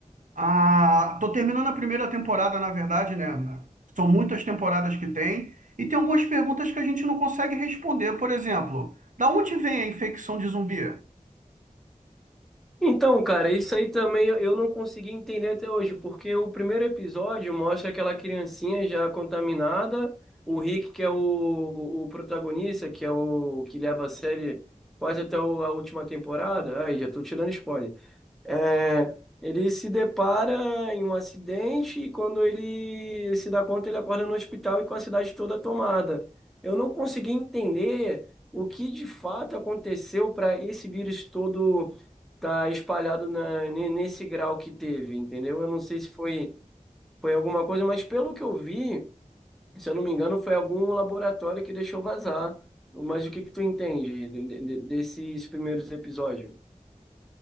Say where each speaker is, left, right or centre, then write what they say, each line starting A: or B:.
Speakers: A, on the right; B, in the centre.
A: Ah, tô terminando a primeira temporada, na verdade, né? São muitas temporadas que tem. E tem algumas perguntas que a gente não consegue responder. Por exemplo, da onde vem a infecção de zumbi?
B: Então, cara, isso aí também eu eu não consegui entender até hoje, porque o primeiro episódio mostra aquela criancinha já contaminada, o Rick, que é o, o protagonista, que é o que leva a série quase até o- a última temporada. Aí, já tô tirando spoiler. É, ele se depara em um acidente e quando ele se dá conta, ele acorda no hospital e com a cidade toda tomada. Eu não consegui entender o que de fato aconteceu para esse vírus todo estar tá espalhado na, ne- nesse grau que teve, entendeu? Eu não sei se foi, foi alguma coisa, mas pelo que eu vi, se eu não me engano, foi algum laboratório que deixou vazar. Mas o que que tu entende de- de- de- desses primeiros episódios?